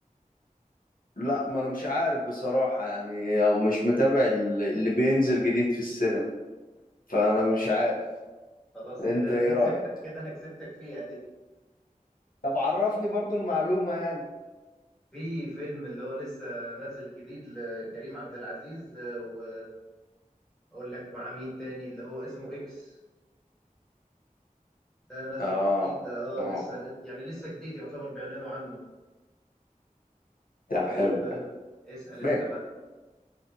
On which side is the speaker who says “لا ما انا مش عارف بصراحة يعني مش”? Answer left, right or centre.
Left